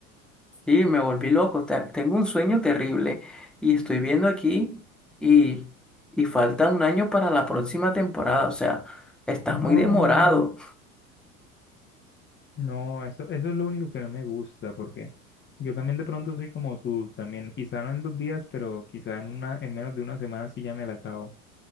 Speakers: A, in the centre; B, on the left (about 25°).
A: Sí, me volví loco. ta- Tengo un sueño terrible y estoy viendo aquí y, y falta un año para la próxima temporada. O sea, está
B: No,
A: muy demorado.
B: no, eso, eso es lo único que no me gusta porque yo también de pronto soy como tú, también, quizá no en dos días, pero quizá en una, en menos de una semana sí ya me la acabo